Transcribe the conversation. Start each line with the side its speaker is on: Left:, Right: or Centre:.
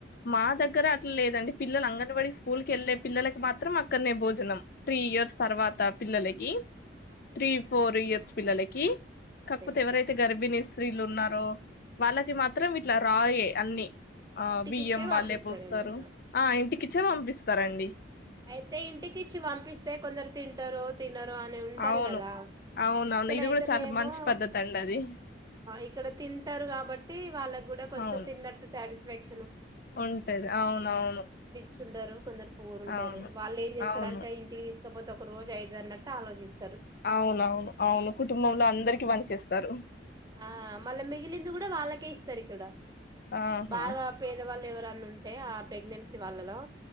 Left: మా దగ్గర
Right: వి
Left: అట్లా లేదండి పిల్లల అంగన్వాడి స్కూల్ క వెళ్ళలే పిల్లకి మాత్రం అక్కనే భోజనం త్రీ ఇయర్స్
Right: ఆ
Left: తర్వాత పిల్లలకి జ
Right: ఆ
Left: త్రీ ఫోర్ ఇయర్స్ పిలకి కాకపోతే
Right: అదే
Left: ఎవరైతే గర్భిని ఇస్త స్త్రీలు ఉన్నారు వాళ్ళకి మాత్రం ఇట్లా రాయ అన్నీ ఆ
Right: ఇంటికిచ్చే
Left: బియ్యం వాళ్ళే
Right: పంపిస్తారు
Left: పోస్తారు
Right: అన్నట్టు
Left: ఆ ఇంటికి వచ్చే పంపిస్తారంండి
Right: అయితే ఇంటికి ఇచ్చి పంపిస్తే కొందరు తింటారు తినరు అని ఉంటారు
Left: అవును
Right: కదా
Left: అవునవును
Right: ఇక్కడయితేనేమో
Left: ఇది కూడా చాలా మంచి పద్ధతి అండి అది
Right: ఇక్కడ తింటారు కాబట్టి వాళ్ళకు కూడా కొంచెం
Left: అవును
Right: తిన్నట్టు సాటిస్ఫై వెక్
Left: ఉంటది అవునవును
Right: చుండరు కొందరు పవ
Left: అవును
Right: వాళ్ళు ఏం చేస్తార
Left: అవును
Right: అంటే ఇంటికి తీసు కాకపోతే ఒక రోజు అఐదు అన్నట్టు ఆలోచిస్తంది
Left: అవునవును అవును కుటుంబంలో అందరికి పని చేస్త తరు
Right: ఆ మళ్ళా మిగిలింది కూడా వాళ్ళకే ఇస్తారు ఇక్కడ
Left: ఆహా
Right: బాగా పేదవాళ్ళు ఎవరు ఉంటే ఆ ప్రెగ్నెన్సీ వాళ్లలో